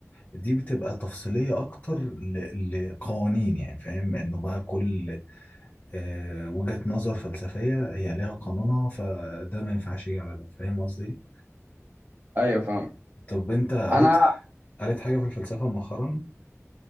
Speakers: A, on the left (about 30°); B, on the right (about 40°).
A: دي بتبقى تفصيلية أكتر ل- لقوانين يعني فاهم إنه بقى كل آه، وجهة نظر فلسفية هي ليها قانونها فده ما ينفعش يجي على ده فاهم قصدي؟
B: ايوه فاهم
A: طب انت قريت
B: انا
A: قريت حاجة في الفلسفة مؤخرا؟